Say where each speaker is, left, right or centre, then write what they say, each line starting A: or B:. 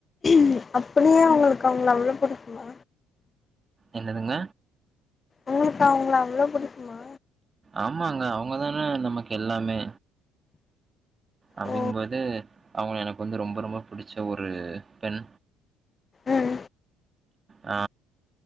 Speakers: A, on the left; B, on the right.
A: ம் அப்படியே அவுங்களுக்கு அவுங்கள அவ்ளோ புடிக்குமா
B: என்னதுங்க
A: உங்குளுக்கு அவுங்கள அவ்ளோ புடிக்குமா
B: ஆமாங்க அவ்ங்கதானே நமக்கு எல்லாமே அப்டிங்குபோது
A: ஓ
B: அவ்ங்க எனக்கு வந்து ரொம்ப ரொம்ப பிடிச்ச ஒரு பெண்
A: உம்
B: ஆ